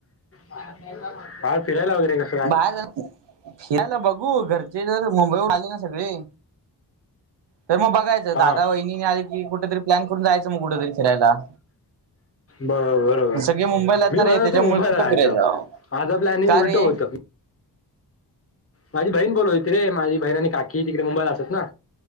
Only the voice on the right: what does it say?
बाहेर फिरायला बघू. घरचे जर मुंबईवरून आले ना सगळे. त म बघाय
दादा वहिनी आली की, कुठ तरी् प्लॉन करून जायंच मग. कुठेतरी फिरायला.
सगळे मुंबईलात
ना
रे त्याच्यामुळे
कुठं
फिरायचं
का
रे